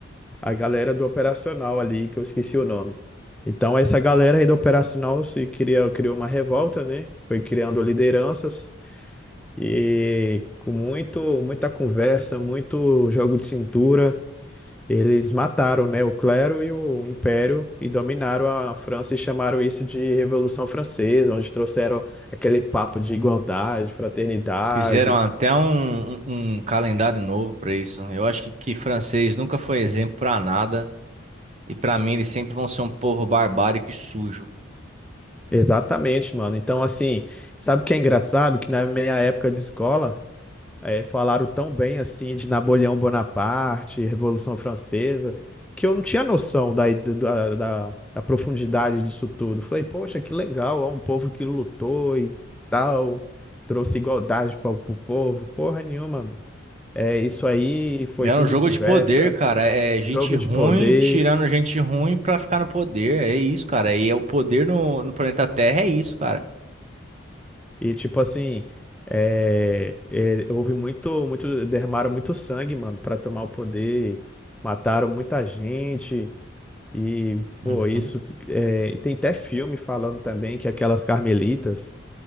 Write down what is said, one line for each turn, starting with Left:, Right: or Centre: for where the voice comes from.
Centre: a galera do operacional ali, que eu esqueci o nome. Então, essa galera aí do operacional se criou, criou uma revolta, né? Foi criando lideranças E com muito, muita conversa, muito jogo de cintura, eles mataram, né, o clero e o império e dominaram a França e chamaram isso de Revolução Francesa, onde trouxeram aquele papo de igualdade, fraternidade.
Right: Fizeram até um, um- um calendário novo pra isso. né? Eu acho que, que francês nunca foi exemplo pra nada. E pra mim, eles sempre vão ser um povo barbárico e sujo.
Centre: Exatamente, mano. Então, assim, sabe o que é engraçado? Que na minha época de escola, É, falaram tão bem assim de Napoleão Bonaparte, Revolução Francesa, que eu não tinha noção da, da, da, da profundidade disso tudo. Falei, poxa, que legal, ó, um povo que lutou e tal, trouxe igualdade para o povo. Porra nenhuma, mano. É, isso aí foi
Right: É
Centre: tudo
Right: um jogo
Centre: conversa,
Right: de poder, cara. É
Centre: jogo
Right: gente ruim
Centre: de poder
Right: tirando gente ruim pra ficar no poder. É isso, cara. E é o poder no, no planeta Terra, é isso, cara.
Centre: e tipo assim. é, é, houve muito, muito, derramaram muito sangue, mano, para tomar o poder, mataram muita gente. E, pô,
Right: Uhum.
Centre: isso é, tem até filme falando também que aquelas carmelitas